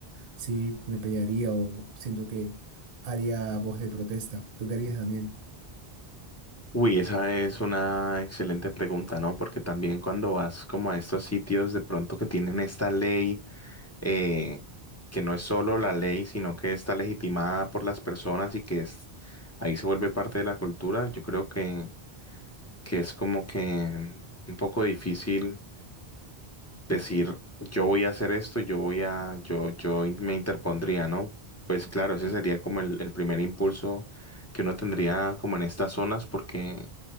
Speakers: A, on the right; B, on the left.
A: sí me pelearía o siento que haría voz de protesta. ¿Tú qué harías, Daniel?
B: Uy, esa es una excelente pregunta, ¿no? Porque también cuando vas como a estos sitios de pronto que tienen esta ley, eh, que no es solo la ley, sino que está legitimada por las personas y que es, ahí se vuelve parte de la cultura, yo creo que, que es como que un poco difícil decir, yo voy a hacer esto, yo voy a, yo, yo in- me interpondría, ¿no? Pues claro, ese sería como el, el primer impulso que uno tendría como en estas zonas, porque